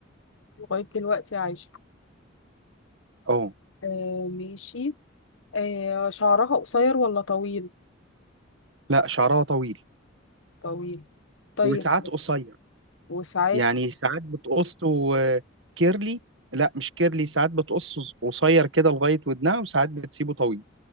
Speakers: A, on the left; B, on the right.
A: لغاية دلوقتي عايشة
B: اه
A: آه ماشي آه شعرها قصير ولا طويل؟
B: لا شعرها طويل
A: طويل طيب
B: وساعات قصير
A: وساعات
B: يعني ساعات بتقصه آه، كيرلي لا مش كيرلي ساعات بتقصه قصير كده لغاية ودنها وساعات بتسيبه طويل